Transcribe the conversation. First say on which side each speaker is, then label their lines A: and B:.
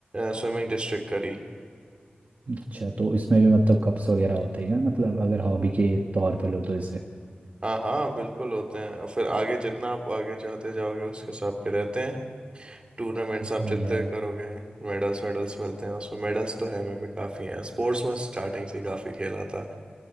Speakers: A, on the right (about 30°); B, on the right (about 50°).
A: स्विमिंग डिस्ट्रिक्ट करी
B: अच्छा तो इसमें भी मतलब कप्स वगैरह होते हैं क्या मतलब अगर हॉबी के तौर पे लो तो इसे
A: हाँ हाँ बिल्कुल होते हैं और फिर आगे जितना आप आगे जाते जाओगे उसके हिसाब के रहते हैं टूर्नामेंट्स
B: बढ़िया
A: आप जितने करोगे मेडल्स मेडल्स मिलते हैं उसमें मेडल्स तो है मेरे पे काफ़ी हैं स्पोर्ट्स में स्टार्टिंग से ही काफ़ी खेला था